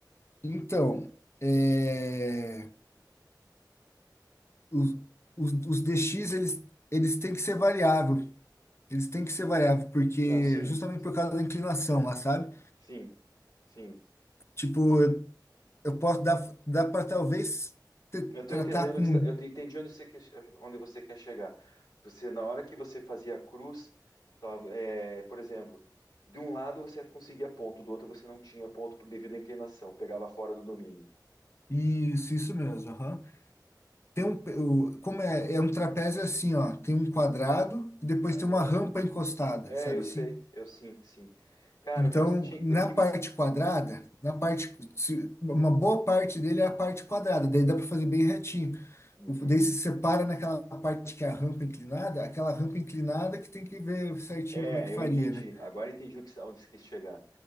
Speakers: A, on the left; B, on the left.
A: Então, é, os, os, os DX, eles, eles têm que ser variável. Eles têm que ser variável, porque
B: Não, sim,
A: justamente por causa da inclinação lá, sabe?
B: sim, sim.
A: Tipo, eu, eu posso dar, dá para talvez te-
B: Eu estou
A: tratar
B: entendendo
A: com.
B: o que está, eu tô- entendi onde você quer, onde você quer chegar. Você, na hora que você fazia a cruz, tava, é, por exemplo, de um lado você conseguia ponto, do outro você não tinha ponto por devido à inclinação, pegava fora do domínio.
A: Isso, isso mesmo. aham. Tem um, pe- o- como é, é um trapézio assim, ó. Tem um quadrado e depois
B: Aham.
A: tem uma rampa encostada,
B: É,
A: sabe
B: eu
A: assim?
B: sei, eu sim, sim. Cara,
A: Então,
B: o que você tinha,
A: na
B: o que
A: parte
B: você,
A: quadrada, na parte, se- uma boa parte dele é a parte quadrada, daí dá para fazer bem retinho.
B: Uhum.
A: O, daí se separa naquela parte que é a rampa inclinada, aquela rampa inclinada que tem que ver certinho
B: É,
A: como é que faria,
B: eu entendi.
A: né?
B: Agora entendi o que, está- onde você quis chegar.